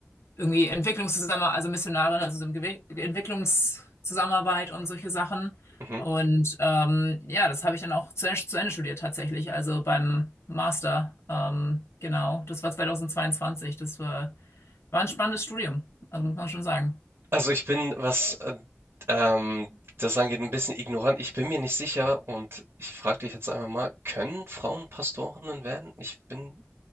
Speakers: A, on the left; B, on the right.
A: irgendwie Entwicklungszusammenarbeit, also Missionarin, also so im Gewe Entwicklungszusammenarbeit und solche Sachen.
B: Mhm.
A: Und ähm, ja, das habe ich dann auch zu, zu Ende studiert tatsächlich, also beim Master. Ähm, genau, das war 2022. Das war, war ein spannendes Studium, also muss man schon sagen.
B: Also ich bin, was äh, ähm, das angeht, ein bisschen ignorant. Ich bin mir nicht sicher und ich frage dich jetzt einfach mal, können Frauen Pastorinnen werden? Ich bin,